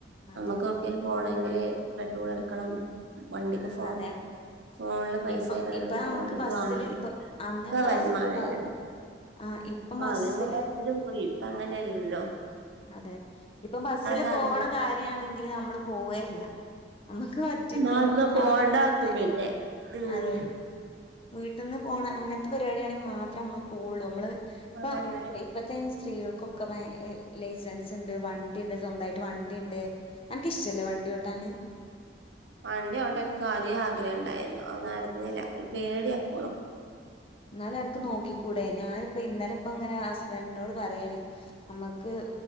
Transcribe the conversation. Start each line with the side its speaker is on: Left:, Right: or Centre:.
Left: അതെ
Right: നമ്മുക്ക്
Left: അതെ
Right: എവിടേക്കേലും പോണമെങ്കില് പെട്രോൾ അടിക്കണം
Left: ഉം
Right: വണ്ടിക്ക് പോണം
Left: അതെ
Right: ഫോണില് പൈസ
Left: ഇപ്പൊ
Right: ഇടണങ്കിൽ
Left: ഇപ്പൊ
Right: ഫോണിൽ
Left: നമുക്ക്
Right: ഇത്
Left: ബസ്സില്
Right: വേണം
Left: ഇപ്പൊ അന്ന് നമ്മള്
Right: വരുമാനല്ലേ
Left: ബസ്സില് പോവും ആഹ് ഇപ്പം
Right: ആഹ
Left: ബസ്സില്
Right: ഞമ്മ <inaudible> പോയി ഇപ്പ അങ്ങനെയല്ലോ
Left: അതെ ഇപ്പൊ ബസ്സില്
Right: സാധനവും
Left: പോവണ കാര്യമാണെങ്കില് നമ്മള് പോവേല്ല നമ്മുക്ക് മുറ്റ
Right: നടന്ന് പോണ്ടാക്കും
Left: നമ്മളെ വീട്ടത്തെ
Right: പിന്നെ ഉം
Left: അതെ വീട്ടിൽന്ന് പോണ അങ്ങനത്തെ പരിപാടിണെങ്കിൽ മാത്രമേ നമ്മള് പോവുള്ളൂ നമ്മള് ഇപ്പ
Right: അതന്നെ
Left: ഇപ്പത്ത സ്ത്രീകൾക്കൊക്കെ ഭയങ്ക ലൈസൻസ് ഉണ്ട് വണ്ടി ഉണ്ട് സ്വന്തമായിട്ട് വണ്ടിണ്ട് അൻക്ക് ഇഷ്ടല്ലേ വണ്ടിഒട്ടാന്
Right: വണ്ടിഒട്ടാന് എനിക്ക് ആദ്യ ആഗ്രഹം ഉണ്ടായിരുന്നു അത് നടുന്നില്ല ഒരു പേടിയ എപ്പോഴും
Left: എന്നാലും അനിക്ക് നോക്കിക്കൂടെ ഞാനിപ്പ ഇന്നലെ ഇപ്പ ഇങ്ങനെ ഹസ്ബൻഡിനോട് പറയാണ് നമ്മുക്ക്